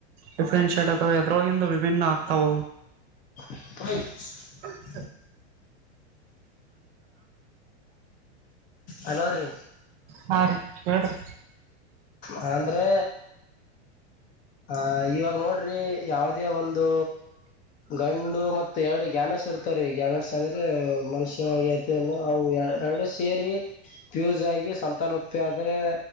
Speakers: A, on the right; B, on the left.
A: ಡಿಫ್ರನ್ಶಿಯೇಟ್ ಆಗ್ತ ಎದ್ರೊಳಗ ವಿಭಿನ್ನ ಆಗ್ತಾವ
B: ಹ <unintelligible>
A: <inaudible> ಹ <inaudible>
B: ಹಲೋ ರೀ
A: ಹ ರರಿ ಹೇಳ ರಿ
B: ಹಾ <inaudible> ಅಂದ್ರೆ ಆ ಇವಾಗ ನೋಡ್ರಿ ಯಾವದೇ ಒಂದು ಗಂಡು ಮ ಎರಡು ಗ್ಯಾಮೆಸ್ ಇಡ್ತ್ರೀ ಗ್ಯಾಮೆಲ್ಸ್ ಅಂದ್ರೆ ಮನುಷ್ಯನತ ಅವು ಎ ಎರಡು ಸೇರಿ ಫ್ಯೂಸ್ ಆಗಿ ಸಂತಾನ ಉತ್ಪಿ ಆದ್ರೆ